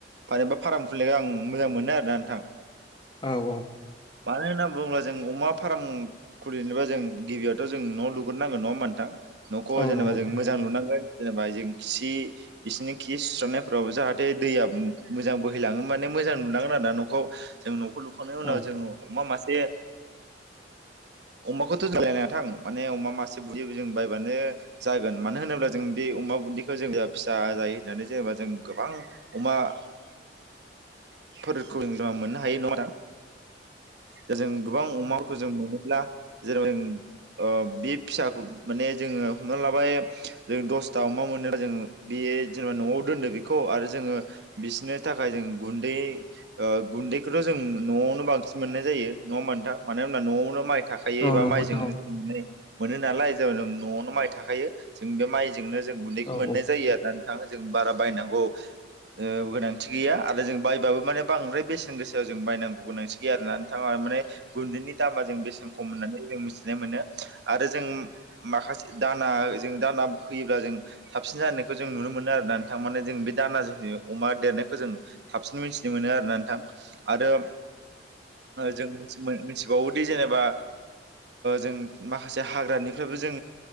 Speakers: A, on the right (about 65°); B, on the left (about 25°).
A: फानोबा फार्म खुलिनायखौ आं मोजां मोनो आरोना नोंथां
B: औ औ
A: मानो होनना बुङोब्ला जों अमा फार्म खुलिनोब्ला जों गिबियावथ' जों न' लुग्रोनांगोन नङा होमबा नोंथां न'खौ
B: औ
A: जेनेबा
B: नंगौ नोंथां
A: जों मोजां लुनांगोन जेनेबा जों खि बिसिनि खि सुस्रांनायफोरावबो जाहाथ थे दैया मोजां बोहैलाङो माने मोजां लुनांगोन आरो ना न'खौ जों' न फु लुखांनायनि उनाव
B: औ नंगौ नोंथां औ
A: जोङो अमा मासे
B: <inaudible>
A: अमाखौथ' <unintelligible> थां माने अमा मासे बु जों बायबानो जागोन मानो होनोब्ला जों बे बे अमा बुन्दिखौ जों जि फिसा जायो होननानै जेनेबा जों गोबां अमाफोरखौ <unintelligible> मोननो हायो नङा नोंथां दा जों गोबां अमाफोरखौ जों मोनोब्ला जेनेबा जों ओ बे फिसाखौ माने जोङो हमना लाबाय जों दसथा अमा मोनोबा जों बे बे जेनेबा न'आव दोनदो बेखौ आरो जोङो बिसोरनि थाखाय जों गुन्दै ओ गुन्दैखौथ' जों न'आवनो बांसिन मोननाय जायो जायो नङा होमबा नोंथां मानो होनबा न'आवनो माइ थाखायो
B: औ
A: एबा
B: नंगौ
A: मायजोंनो
B: नोंथां
A: जों मोनोनालाय जावनाव न'आवनो माइ थाखायो जों बे माइ नो जों गुनदैखौ
B: औ औ
A: मोननाय जायो आरो ना नोंथा जों बारा बायनांगौ गोनांथि गैया आरो जों बायबाबो माने बांद्राय बेसेन गोसायाव जों बायनांगौ गोनांथि गैया आरोना नोंथां गुन्दैनि दामा जों बेसे खम होननानै जों मिथि मिथिना मोनो आरो जों माखासे दाना जों दाना होयोब्ला जों साबसिन जानो खौ जों नुनो मोनो आरोना जों नोंथां मान जों बे दानाजों अमा देरनायखौ जों थाबसिन मिथिनो मोनो आरोना नोंथां आरो जों मिथिबावोदि जेनेबा जों माखासे हाग्रानिफ्रायबो जों